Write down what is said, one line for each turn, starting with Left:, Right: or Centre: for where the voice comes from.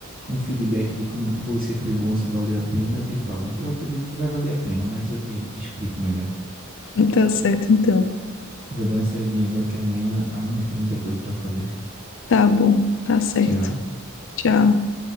Right: um feedback de como foi, se foi bom, se valeu a pena, eu te falo. Eu acredito que vai valer a pena, mas eu te, te explico melhor.
Left: <laughs> Tá certo, então.
Right: Vou dar uma saidinha agora que amanhã, amanhã tem muita coisa pra fazer.
Left: Tá bom, tá certo.
Right: Tchau.
Left: Tchau.